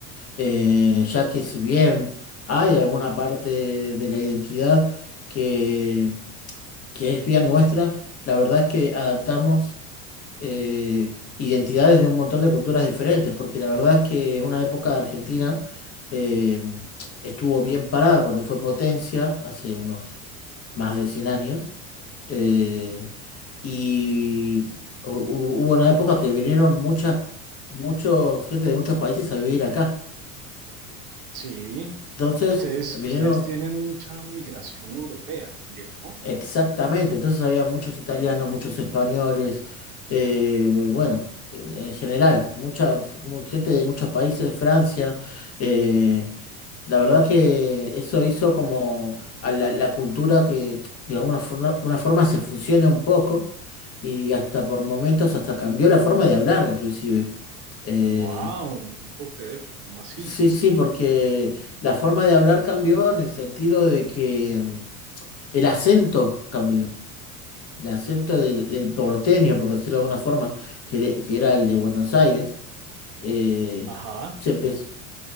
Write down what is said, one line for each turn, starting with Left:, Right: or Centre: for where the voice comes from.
Left: eh, ya que si bien hay alguna parte de la identidad que, que es bien nuestra, la verdad es que adaptamos. eh, identidades de un montón de culturas diferentes, porque la verdad es que en una época Argentina eh, estuvo bien parada cuando fue potencia, hace unos más de 100 años, eh, y hu- hu- hubo una época que vinieron muchas, muchos, gente de muchos países a vivir acá.
Right: Sí,
Left: Entonces,
Right: ustedes,
Left: vinieron...
Right: ustedes tienen mucha migración europea también, ¿no?
Left: Exactamente, entonces había muchos italianos, muchos españoles, eh, bueno, en general, muchas mu- gente de muchos países, Francia, eh, la verdad que eso hizo como a la, la cultura que de alguna forma, una forma se fusione un poco y hasta por momentos hasta cambió la forma de hablar inclusive. Eh,
Right: Wow, no te puedo creer, ¿cómo así?
Left: sí, sí, porque la forma de hablar cambió en el sentido de que mm, el acento cambió el acento del, del porteño, por decirlo de alguna forma, que, era que era el de Buenos Aires, eh,
Right: Ajá,
Left: se empezó,